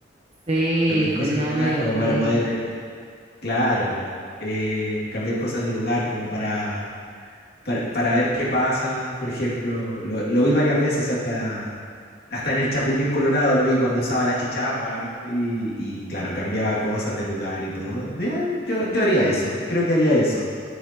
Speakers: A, on the right; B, on the left.
A: sí,
B: cambiar cosas
A: sería
B: de lugar
A: muy divertido.
B: como para poder, claro, eh, cambiar cosas de lugar como para, para, para ver qué pasa, por ejemplo, lo, lo vi varias veces hasta hasta en el Chapulín Colorado lo vi cuando usaba la chicharra y, y claro, cambiaba cosas de lugar y todo. Eh, Yo, yo haría eso, creo que haría eso.